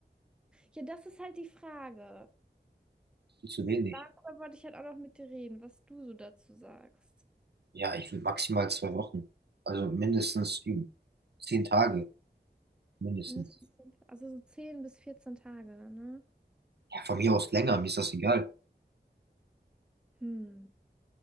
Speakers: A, in the centre; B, on the right (about 70°).
A: Ja, das ist halt die Frage.
B: Viel zu wenig.
A: Darüber wollte ich halt auch noch mit dir reden, was du so dazu sagst.
B: Ja, ich will maximal zwei Wochen. Also mindestens üben. zehn Tage, mindestens.
A: Mindestens zehn, also so 10 bis 14 Tage dann, ne?
B: Ja, von mir aus länger, mir ist das egal.
A: Hm.